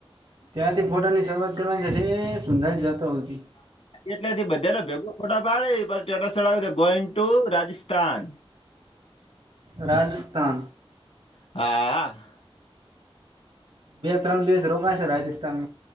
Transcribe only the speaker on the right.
ત્યાંથી ફોટા ની શરૂઆત કરવાની છે. સુંંધર જાતો હતી.
રાજસ્થાન
બે ત્રણ દિવસ રોકા છે રાજસ્થાન.